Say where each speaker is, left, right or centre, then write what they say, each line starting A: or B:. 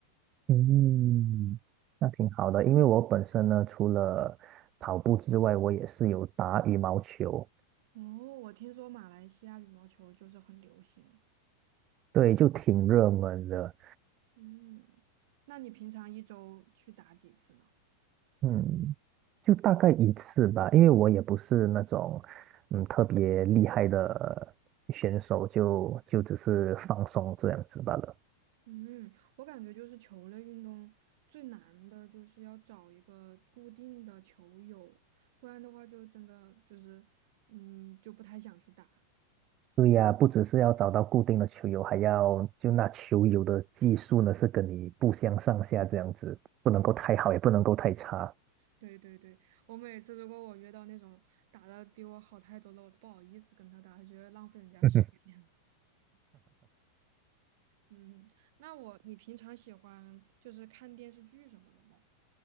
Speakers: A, on the right; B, on the right.
A: 嗯，那挺好的，因为我本身呢，除了跑步之外，我也是有打羽毛球。
B: 哦，我听说马来西亚羽毛球就是很流行。
A: 对，就挺热门的，
B: 嗯，那你平常一周去打几次呢？
A: 嗯，就大概一次吧，因为我也不是那种嗯特别厉害的选手，就就只是放松这样子罢了。
B: 嗯，我感觉就是球类运动最难的就是要找一个固定的球友，不然的话就真的就是，嗯，就不太想去打。
A: 对呀，不只是要找到固定的球友，还要就那球友的技术呢是跟你不相上下这样子，不能够太好，也不能够太差。
B: 对对对，我每次如果我约到那种打的比我好太多了，我都不好意思跟他打，觉得浪费人家时间了
A: <laughs>
B: 嗯，那我，你平常喜欢就是看电视剧什么的吗？